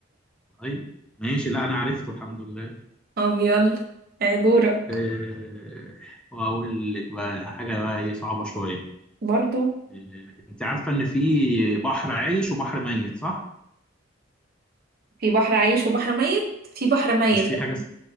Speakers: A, in the centre; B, on the right (about 50°).
A: طيب ماشي لا انا عرفته الحمد لله
B: طب يلا يا دورك
A: آه، واقول لك بقى حاجه بقى ايه صعبه شويه
B: برضو
A: آه، انت عارفه ان في بحر عايش وبحر ميت صح
B: في بحر عايش وبحر ميت في بحر ميت
A: مش في
B: لكن
A: حاجه